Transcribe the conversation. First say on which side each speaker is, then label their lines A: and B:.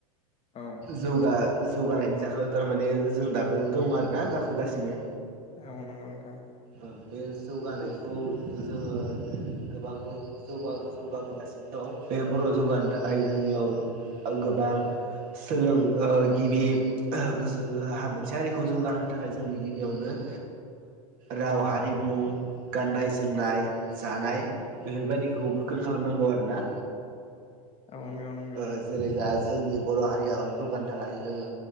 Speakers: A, on the left; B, on the right.
A: औ
B: जौगा जौगानायनि जाख्लायाव थारमाने जों दाबो दङ आरो ना गाखोगासिनो।
A: औ नंगौ नोंथां।
B: ओं बेज जौगानायखौ जोङो गोबां जौगा जौगाबोगासिनो दं बे बर' जौगानो थाखाय जोंनियाव गोबां सोलों ओ गिबि गोसो मोनसे हारिखौ जौगाहोनो थाखाय जोंनि गिबियावनो ओ राव हारिमु गाननाय जोमनाय जानाय बेफोरबायदिखौ गोख्रों खालामनांगौ आरोना।
A: औ नोंगौ नोंगौ।
B: ओ जेरै दा जोंनि बर' हारियाव जौगानो थाखाय जोङो